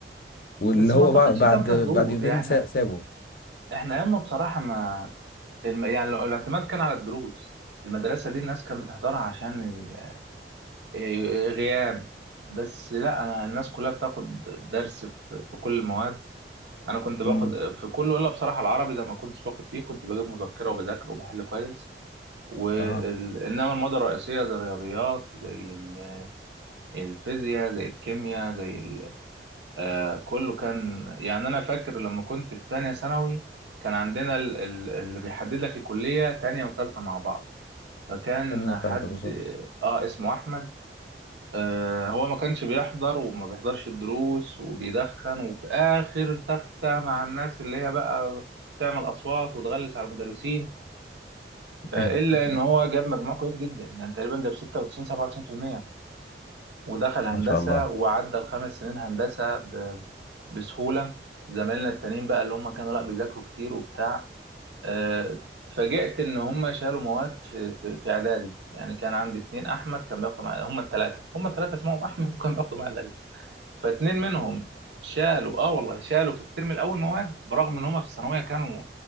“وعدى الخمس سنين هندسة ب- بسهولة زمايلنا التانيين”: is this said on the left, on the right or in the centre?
Right